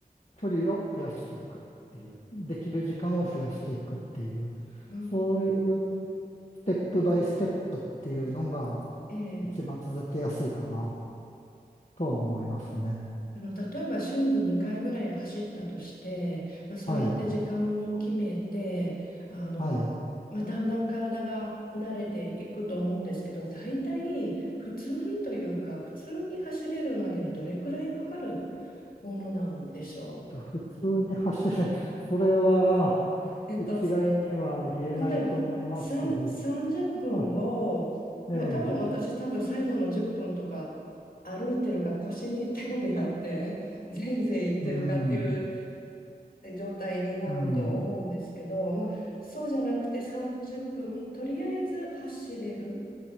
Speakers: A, on the left; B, on the left.
A: 距離を増やしていくっていう、できる時間を増やしていくっていう、
B: うん、
A: そういうステップバイステップっていうのが
B: ええ
A: 一番続けやすいかなとは思いますね。
B: あの、例えば週に2回ぐらい走ったとして、まあ、そうやって時間を決めて、
A: はい。
B: あの、
A: はい。
B: まあ、だんだん体が慣れていくと思うんですけど、大体普通にというか、普通に走れるまでにどれくらいかかるものなんでしょ
A: う普通に走る、それは、
B: う。えっと、
A: 一概には言えないと思いますけど、
B: 例えば、さん30分を、
A: あ、ええ、
B: もう多分私多分最後の10分とか歩いてるか腰に手をやって、<laughs> ぜいぜい行ってるかっていう
A: うん、
B: 状態になると思うんですけど、
A: うん、
B: まあ、そうじゃなくて30分、とりあえず走れる